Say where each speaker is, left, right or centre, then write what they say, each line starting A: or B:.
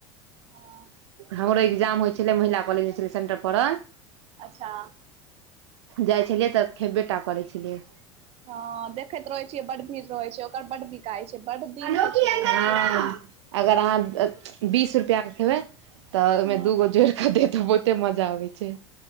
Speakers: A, on the right (about 40°); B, on the right (about 65°).
A: हँ
B: हमरो एगजाम होइ छलै महिला कॉलेज में छलय सेंटर पडल
A: अच्छा
B: जाइ छलियै तऽ खेब्बेटा करै छलियै।
A: हँ देखैत रहैत छियै बड्ड भीड़ रहै छै। ओकर बड्ड बिकाय छै। बड दिनसँ
B: हँ
A: छै ओ ओत
B: अगर अहाँ <unintelligible> बीस रुपैआके खेबै तऽ ओयमे
A: हूँ
B: दूगो जोइड़ कऽ देत- बु- ते मजा आबय छै।